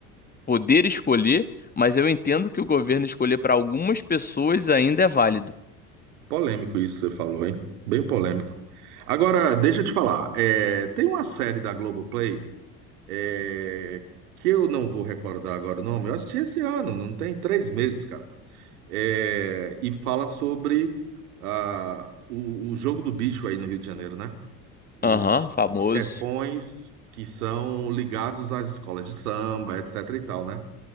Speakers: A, on the left; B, on the right.
A: poder escolher, mas eu entendo que o governo escolher para algumas pessoas ainda é válido.
B: Polêmico isso que você falou, hein? Bem polêmico. Agora, deixa eu te falar. é, tem uma série da Globoplay, é, que eu não vou recordar agora o nome. Eu assisti esse ano, não tem três meses, cara. É, e fala sobre ah, o, o jogo do bicho aí no Rio de Janeiro, né? Os
A: Aham, famoso.
B: chefões que são ligados às escolas de samba, etc e tal, né?